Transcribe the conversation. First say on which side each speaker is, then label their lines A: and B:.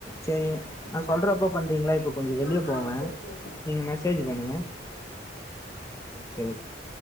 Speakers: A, on the left; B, on the left.
A: செரி
B: ஆ
A: நா
B: ஆ
A: சொல்றப்ப
B: சரி
A: பண்றீங்ளா இப்ப கொஞ்சோ வெளிய
B: ஆ
A: போவே
B: ஆ சரி சரி
A: நீங்க மெசேஜ் பண்ணுங்க ஆ சேர் ஓகே